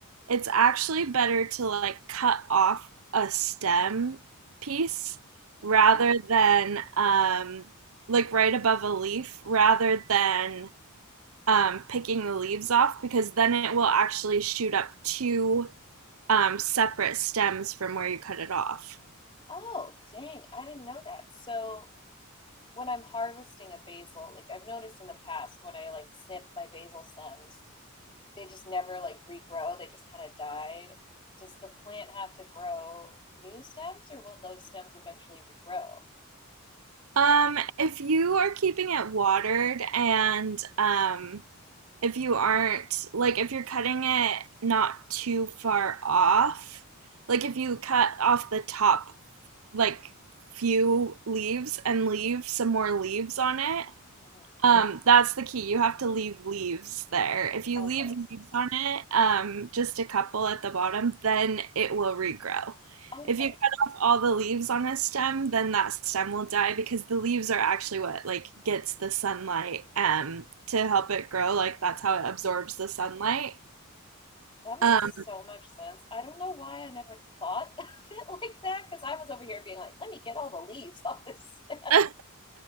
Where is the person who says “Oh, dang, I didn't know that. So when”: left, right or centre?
Left